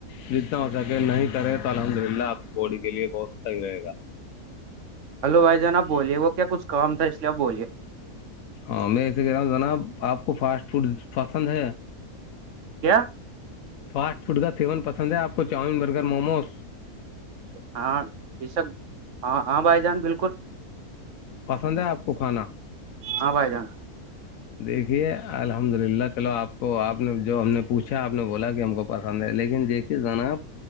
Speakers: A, on the left; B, on the right.
A: جتنا ہو سکے نہیں کرے تو الحمد للہ آپ کی بوڈی کے لیے بہت صحیح رہے گا
B: ہلو بھائی جناب بولیے وہ کیا کچھ کام تھا اس لیے آپ بولیے
A: ہاں میں ایے کہہ رہا ہوں جناب آپ کو فاسٹ فوڈ پسند ہے
B: کیا
A: فاسٹ فوڈ کا سیون پسند ہے آپ کو چاؤن برگر موموس
B: ہاں یہ سب ہاں ہاں بھائی جان بالکل
A: پسند ہے آپ کو کھانا
B: ہاں بھائی جان
A: دیکھیے الحمد للہ چلو آپ کو آپ نے جو ہم نے پوچھا آپ نے بولا کہ ہم کو پسند ہے لیکن دیکھی جناب